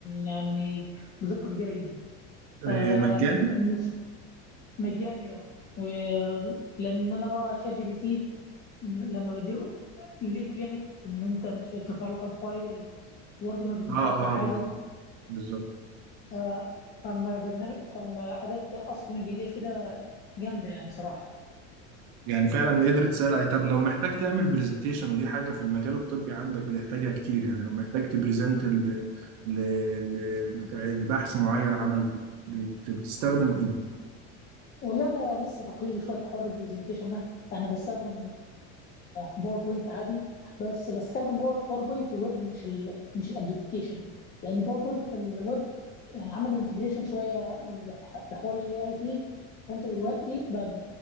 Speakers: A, on the left; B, on the right.
A: يعني بدقه كبيره جدا
B: آه،
A: آه
B: مجاني
A: مش مجاني اه و- لان انا بقى شات جي بي تي م- لما بديه ليك ليميت ان انت مش ترفع له كام فايل وبرضه ما بيكونش
B: اه
A: اقوى
B: اه
A: حاجه
B: بالظبط
A: آه فما برنامج فما اداه اسك من البي دي اف ده جامده يعني صراحه
B: يعني فعلا قدرت تسال طب لو محتاج تعمل برزنتيشن ودي حاجه في المجال الطبي عندك بتحتاجها كتير يعني لو محتاج تبرزنت ل... ل... ل... لبحث معين عملته بت- بتستخدم ايه
A: والله انا لسه تقليدي شويه في حوار البرزنتيشن ده يعني بستخدم باوربوينت عادي بس بستخدم باوربوينت ويب مش ال مش الابلكيشن لان باوربوينت الويب يعني عملوا انتجريشن شويه لح- لحوار الاي اي فيه فانت دلوقتي بقى